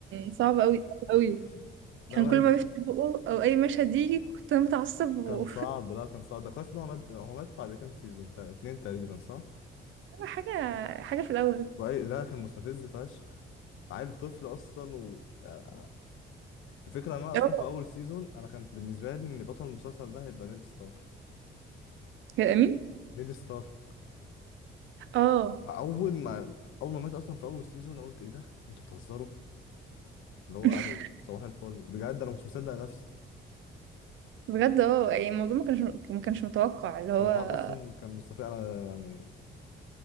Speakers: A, on the right; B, on the left.
A: صعب قوي صعب قوي
B: <laughs> لا
A: كان
B: وحش
A: كل ما بيفتح بقه او اي مشهد يجي كنت انا متعصب و...
B: كان صعب لا كان صعب ده كويس ان هو مات هو مات بعد كام سيزون تا- اتنين تقريبا صح؟
A: <laughs> حاجه حاجه في الاول
B: وأي... لا كان مستفز فشخ عيل طفل اصلا و... آه. الفكره ان انا اصلا
A: اه
B: في اول سيزون انا كان بالنسبه لي ان بطل المسلسل ده هيبقى نيد ستار
A: كان امين
B: نيد ستار
A: اه
B: اول ما اول ما مات اصلا في اول سيزون انا قلت ايه ده انتوا بتهزروا اللي هو
A: <laughs>
B: قالوا صباح الفل بجد انا مش مصدق نفسي
A: بجد اه يعني الموضوع ما كانش ما كانش متوقع اللي هو
B: والحوار اصلا كان مستفز انا يعني